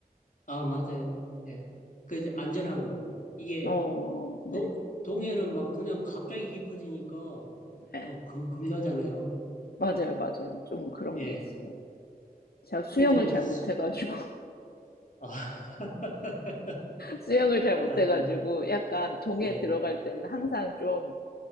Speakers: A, on the left; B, on the left.
A: 아, 맞아요. 예. 그 이제 안전하고, 이게,
B: 어, 네.
A: 도, 동해는 막 그냥 갑자기 깊어지니까, 어,
B: 네.
A: 겁- 겁나잖아요.
B: 맞아요, 맞아요. 좀 그런
A: 예.
B: 게 있어요. 제가 수영을
A: 근데
B: 잘
A: 수-
B: 못해가지고.
A: 아, <laughs>
B: 수영을 잘 못해가지고
A: 아,
B: 약간 동해
A: 예,
B: 들어갈 때는 항상 좀